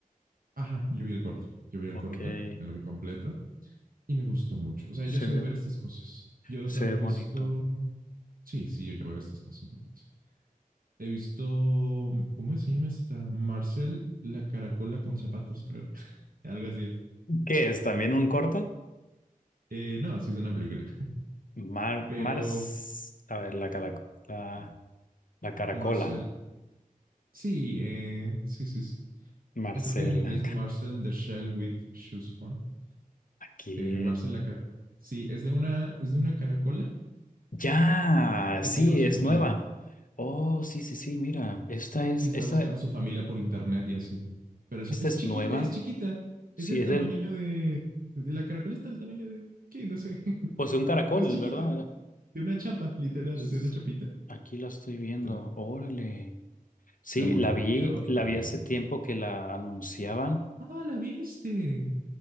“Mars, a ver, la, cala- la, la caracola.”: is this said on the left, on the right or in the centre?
Left